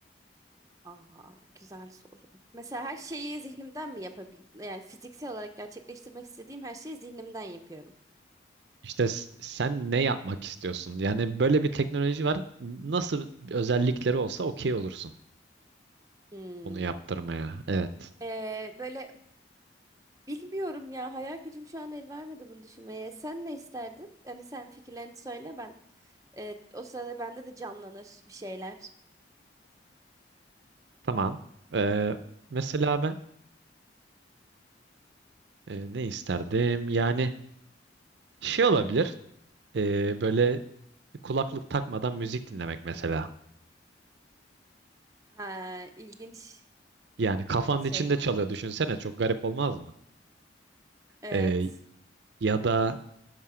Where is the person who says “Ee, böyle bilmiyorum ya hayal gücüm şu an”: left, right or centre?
Right